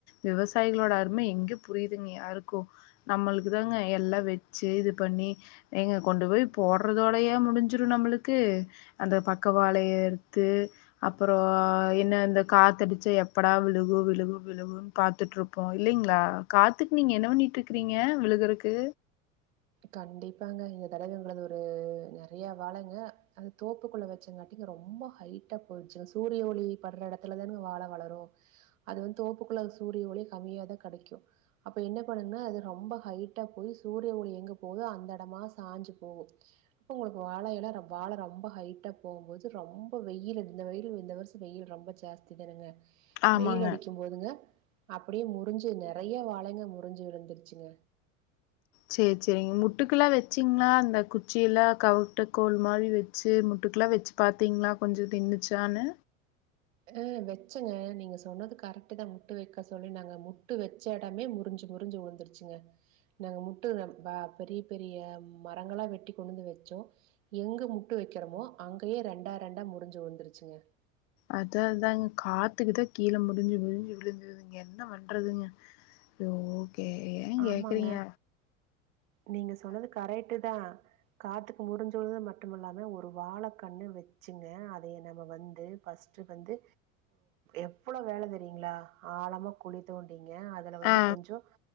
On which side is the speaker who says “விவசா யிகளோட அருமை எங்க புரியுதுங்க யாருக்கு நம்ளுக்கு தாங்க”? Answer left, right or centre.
Left